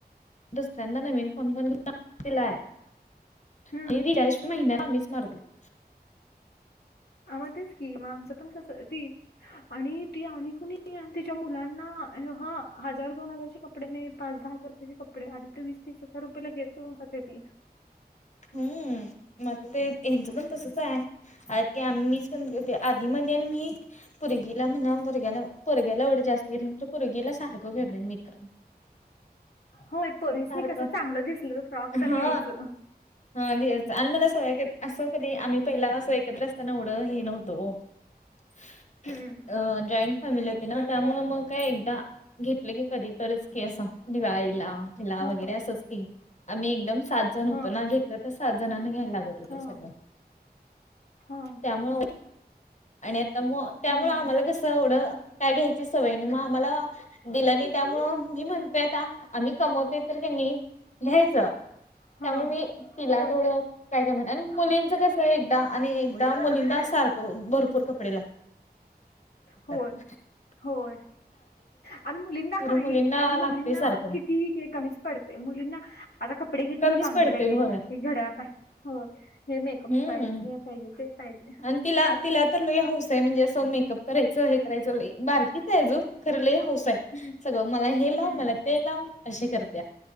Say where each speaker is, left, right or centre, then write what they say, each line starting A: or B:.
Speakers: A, on the left; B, on the left.
A: दुसऱ्याना नवीन फोन घेवून पण दिलाय,
B: हम्म
A: आणि रिचार्ज. महिन्याला आम्हीचं मारतोय.
B: आम्हा तेच की, मग आमचं पण कस ती. आणि ती आली कणी, तिच्या मुलांना हं हजार दोन हजारची कप कपडे पाच दहा हजार रुपयेच कपडे, आधी ते वीस तीस हजार रुपयेला हे करून जाते ती.
A: हम्म. म ते हेचं पण तसंच आहे, की आम्हीच पण आधी मधी आणि मी. पोरगी ला म्हणा पोरग्याला, पोरग्याला येवढ जास्तं घेत नाही खरं पोरगीला सारख घेतोय मी तर.
B: होय. पोरीसनी
A: सारखं
B: कसं चांगलं दिसलं, फ्रॉक तर
A: हा
B: घ्यायचं.
A: हा आणि मला सवय असं कधी, आम्ही पहिला असं एकत्र असताना येवढं हे नव्हत ओ. <inaudible>
B: हम्म.
A: अ जॉईंट फॅमिली होती ना त्यामुळं मग काय एकदा घेतलं की कधी तरच की, असं दिवाळीला. हिला
B: हा
A: वगैरे असंच की, आम्ही एकदम सात जण होतो
B: हा
A: ना घेत. घेतल तर सात जणांना घ्यायला, लागत होतं
B: हा
A: सगळं.
B: हा
A: त्यामुळं आणि आता त्यामुळे
B: हम्म
A: आम्हाला कसं. तेवढं काय घ्यायची सवय नाही, मग आम्हाला. दिलं नाही त्यामुळं मी म्हणतोय आता, आम्ही कमवतोय तर कणी. घ्यायचं,
B: हा
A: त्यामुळे मी तिला
B: होय
A: थोडं. काय काय म्हण आणि मुलींच कस आहे, एकदा आणि एकदा मुलींना सारखं भरपूर कपडे लागते. <unintelligible>
B: होय होय. आणि मुलींना
A: खरं
B: काही,
A: मुलींना लागतंय
B: मुलींना
A: सारखं.
B: कितीही कमीच. पडते मुलींना. आता कपडे घेतलं
A: कमीच
B: बांगडी
A: पडतंय
B: पाहिजे,
A: होय.
B: घड्याळ हो हे मेकअप
A: हम्म
B: पाहिजे हे. पाहिजे ते पाहिजे.
A: आणि तिला तिला तर लै हौस आहे, म्हणजे असं मेकअप करायचं हे करायचं बारकीच आहे अजून. खर लै हौस आहे.
B: हम्म
A: सगळं मला हे लाव
B: हम्म
A: मला ते लाव, अशी करत्या